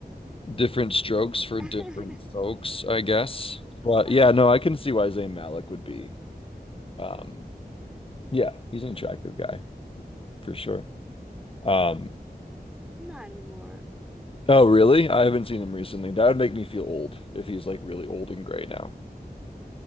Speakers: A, on the left (about 35°); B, in the centre.
A: different strokes for
B: <laughs>
A: different folks, I guess. But yeah,
B: okay,
A: no, I can see why Zayn Malik would be. Um, yeah, he's an attractive guy for sure. Um,
B: not anymore.
A: oh, really? I haven't seen him recently. That would make me feel old if he's like really old and gray now.